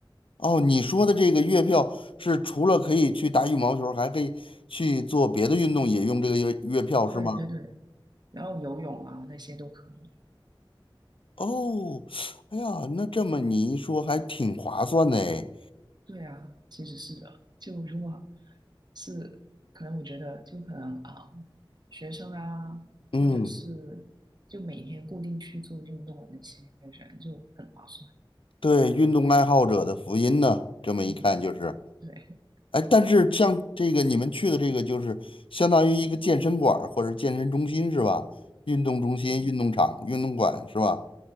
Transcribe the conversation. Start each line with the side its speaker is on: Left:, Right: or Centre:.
Left: 哦，你说的这个月票是除了可以去打羽毛球，还可以去做别的运动，也用这个月月票是吗？
Right: 对对对，然后游泳啊那些都可以。
Left: 哦，哎呀，那这么你一说还挺划算的哎。
Right: 对啊，其实是的。就如果是可能，我觉得就可能啊、学生啊，
Left: 嗯，
Right: 或者是就每天固定去做运动的那些人就很划算。
Left: 对，运动爱好者的福音呢，这么一看就是。
Right: 嗯，对，
Left: 哎，但是像这个你们去的这个，就是相当于一个健身馆儿或者健身中心是吧？运动中心、
Right: 嗯，
Left: 运动场、运动馆是吧？